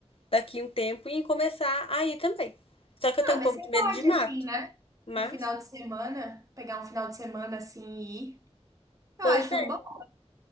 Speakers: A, on the left; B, on the right.
A: daqui um tempo em começar a ir também. Só que eu tenho
B: Ah, mas
A: um pouco
B: você
A: de
B: pode,
A: medo de mato,
B: assim, né?
A: mas.
B: Um final de semana, pegar um final de semana assim e ir. Eu
A: Pois
B: acho
A: é.
B: uma boa.